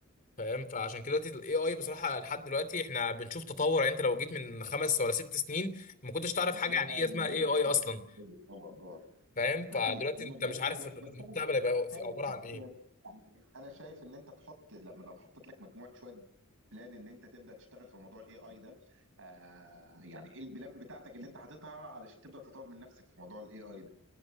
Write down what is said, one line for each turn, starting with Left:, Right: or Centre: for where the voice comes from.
Left: فاهم فعشان كده دلوقتي الاي اي بصراحه لحد دلوقتي احنا بنشوف تطور يعني انت لو جيت من خمس ولا ست سنين ما كنتش تعرف
Right: هتلاقي
Left: حاجه عن
Right: فعلا
Left: ايه اسمها
Right: إن الوضع
Left: اي اي
Right: اختلف
Left: اصلا
Right: ايوه اه اه
Left: فاهم
Right: مفيش
Left: فدلوقتي
Right: انما
Left: انت
Right: دلوقتي
Left: مش عارف
Right: هو-
Left: المستقبل
Right: بس انا
Left: هيبقى
Right: خايف
Left: عباره عن
Right: بس
Left: ايه
Right: يعني انا شايف ان انت تحط لما لو حطيت لك مجموعه شويه بلان ان انت تبدا تشتغل في موضوع الاي اي ده آه يعني ايه البلان بتاعتك اللي انت حاططها علشان تبدا تطور من نفسك في موضوع الاي اي ده